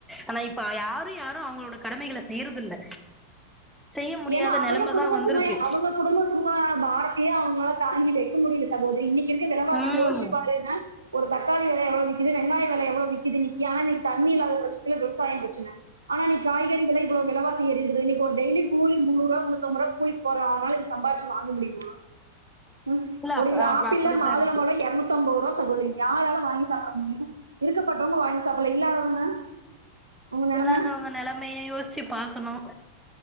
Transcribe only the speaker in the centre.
ஆனா இப்ப யாரு யாரு அவுங்களோட கடமைகளை செய்யறது இல்ல செய்ய முடியாத
நெலம
தா வந்திருக்கு
ம்
இல்ல
அப்
அப்
அப்டிதா
இருக்கு
இல்லாதவங்க நெலமையே யோசிச்சு பாக் கொனு